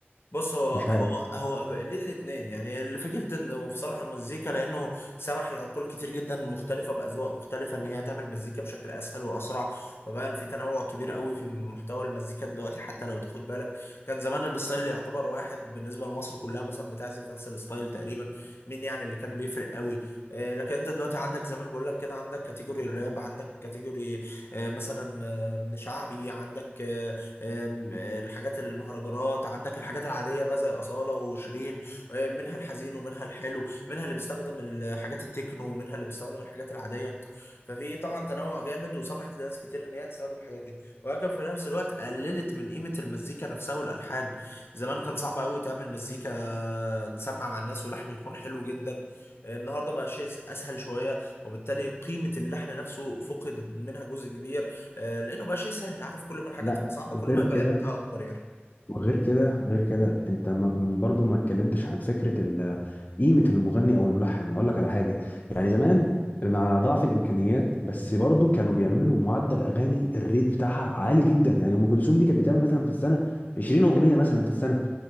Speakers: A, on the left (about 75°); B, on the left (about 45°).
A: بص هو
B: مش
A: هو
B: عارف
A: هو ليه الاثنين يعني الفكرة انه بصراحة المزيكا لانه سمح لعقول كتير جدا مختلفة باذواق مختلفة ان هي تعمل مزيكا بشكل اسهل واسرع فبقى في تنوع كبير قوي في محتوى المزيكا دلوقتي حتى لو تاخد بالك كان زمان الستايل يعتبر واحد بالنسبة لمصر كلها مثلا بتعزف نفس الستايل تقريبا مين يعني اللي كان بيفرق قوي آه، لكن انت دلوقتي عندك زي ما أنا بقول لك كده عندك كاتيجوري الراب عندك كاتيجوري آه، مثلا آه، من شعبي عندك آه، آم، آه، الحاجات المهرجانات عندك الحاجات العادية بقى زي أصالة وشيرين آه، منها الحزين ومنها الحلو منها اللي بيستخدم الحاجات التكنو ومنها اللي بيستخدم الحاجات العادية ففي طبعا تنوع جامد وسمحت لناس كتير إن هي تستخدم الحاجات دي ولكن في نفس الوقت قللت من قيمة المزيكا نفسها والألحان زمان كان صعب قوي تعمل مزيكا تسمع مع الناس ولحن يكون حلو جدا النهارده بقى شيء اسهل شويه وبالتالي قيمه اللحن نفسه فقدت منها جزء كبير آه، لانه بقى شيء سهل عارف كل ما الحاجه
B: لا
A: تبقى صعبه
B: وغير
A: كل ما يبقى
B: كده
A: قيمتها اكبر يعني
B: وغير كده غير كده انت ما- برضو ما اتكلمتش عن فكره ال- قيمه المغني او الملحن اقول لك على حاجه
A: اه
B: يعني زمان مع ضعف الامكانيات بس برضو كانوا بيعملوا معدل اغاني الريت بتاعها عالي جدا يعني ام كلثوم دي كانت بتعمل مثلا في السنه 20 اغنيه مثلا في السنه